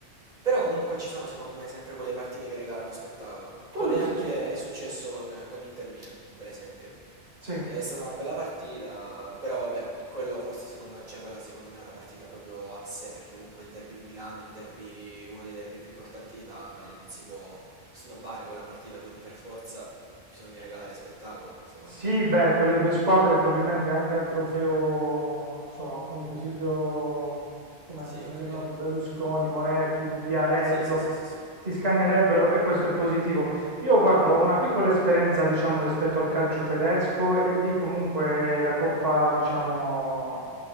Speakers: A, on the right; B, on the right.
A: Però comunque ci sono, secondo me, sempre quelle partite che regalano spettacolo.
B: Quello
A: Come
B: sì.
A: anche è successo con, con Inter Milan, per esempio.
B: Sì.
A: È stata una bella partita, però vabbè, quello forse secondo me, cioè quella secondo me è una partita proprio a sé, perché comunque il derby di Milano, il derby, uno dei derby più importanti d'Italia, non si può Snobbare quella partita, quindi per forza bisogna regalare spettacolo, secondo
B: Sì,
A: me.
B: beh, quelle due squadre probabilmente anche al trofeo, non lo so, appunto Silvio, come
A: Sì,
B: non
A: ho
B: mi
A: capito.
B: ricordo, Berlusconi, Moretti, Viareggio,
A: Sì, sì, sì, sì, sì.
B: si scannerebbero e questo è positivo. Io guarda, ho una piccola esperienza, diciamo, rispetto al calcio tedesco e lì comunque la coppa, diciamo,